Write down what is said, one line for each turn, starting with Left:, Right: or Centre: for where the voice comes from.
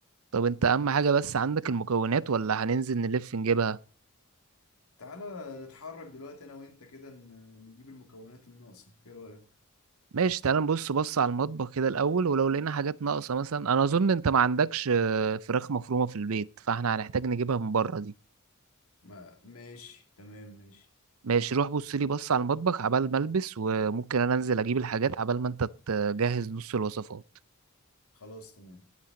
Right: طب انت اهم حاجة بس عندك المكونات ولا هننزل نلف نجيبها
Left: تعالى نتحرك دلوقتي انا وانت كده ن- نجيب المكونات الناقصة ايه رأيك
Right: ماشي تعال نبص بص على المطبخ كده الاول ولو لقينا حاجات ناقصة مثلا انا اظن انت ما عندكش آه، فراخ مفرومة في البيت فاحنا هنحتاج نجيبها من بره دي
Left: ما ماشي تمام ماشي
Right: ماشي روح بص لي بص على المطبخ عبال ما البس وممكن انا انزل اجيب الحاجات عبال ما انت تجهز نص الوصفات
Left: خلاص تمام